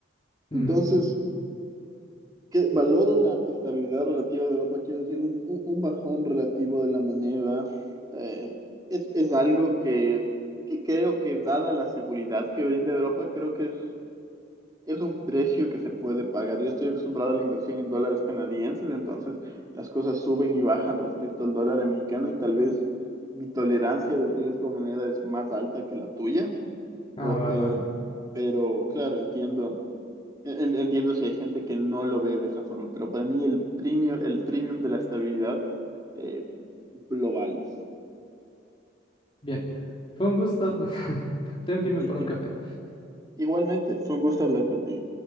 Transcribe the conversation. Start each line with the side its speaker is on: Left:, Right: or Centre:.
Left: Mm,
Right: Entonces, que valoro la estabilidad relativa de Europa, quiero decir, un, un- un bajón relativo de la moneda eh, es, es algo que, que creo que dada la seguridad que brinda Europa, creo que es, es un precio que se puede pagar. Yo estoy acostumbrado a la inversión en dólares canadienses, entonces las cosas suben y bajan respecto al dólar americano y tal vez mi tolerancia de riesgo moneda es más alta que la tuya,
Left: Ah,
Right: o,
Left: va,
Right: eh,
Left: va.
Right: pero claro, entiendo en- Entiendo si hay gente que no lo ve de esa forma, pero para mí el premio, el premium de la estabilidad eh, lo vale.
Left: Bien. Fue un gusto. <laughs> Tengo que irme
Right: Y,
Left: por un café.
Right: y- igualmente, fue un gusto hablar contigo.